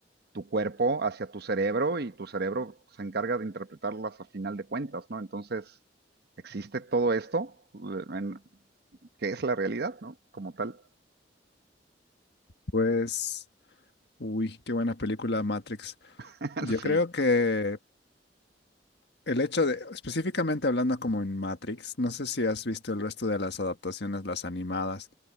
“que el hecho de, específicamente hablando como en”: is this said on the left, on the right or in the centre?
Left